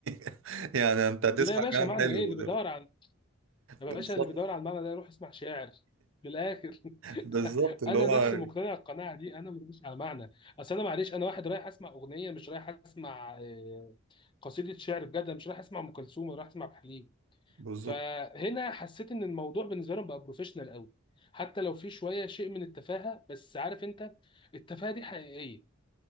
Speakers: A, on the right; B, on the left.
A: <laughs> يعني انت هتسمع
B: لا يا باشا
A: كلام
B: معنى
A: حلو
B: ايه اللي بيدور على يا
A: بالظبط
B: باشا اللي بيدور على المعنى ده يروح يسمع شاعر من الاخر
A: بالظبط
B: <laughs>
A: اللي
B: انا
A: هو
B: نفسي مقتنع القناعه دي انا مش على معنى اصل انا معلش انا واحد رايح اسمع اغنيه مش رايح اسمع آه، قصيده شعر بجد أنا مش رايح اسمع ام كلثوم أنا رايح اسمع عبد الحليم
A: بالظبط
B: فهنا حسيت ان الموضوع بالنسبه لهم بقى بروفيشنال قوي حتى لو في شويه شيء من التفاهه بس عارف انت التفاهه دي حقيقيه